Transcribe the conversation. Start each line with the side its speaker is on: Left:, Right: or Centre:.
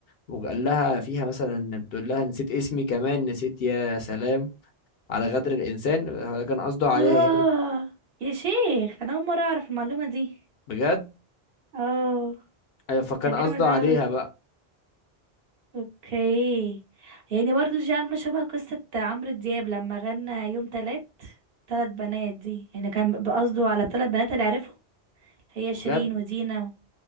Left: وقال لها فيها مثلا بتقول لها نسيت اسمي كمان نسيت يا سلام على غدر الانسان ده كان قصده عليها
Right: اه
Left: هي
Right: يا شيخ انا اول مرة اعرف المعلومة دي
Left: بجد
Right: اه
Left: ايوه فكان
Right: ده
Left: قصده
Right: جامد
Left: عليها
Right: اوي
Left: بقى
Right: اوكي يعني برضو دي عاملة شبه قصة عمرو دياب لما غنى يوم تلات تلات بنات دي يعني كان بقصده على تلات بنات اللي عرفهم هي شيرين
Left: بجد
Right: ودينا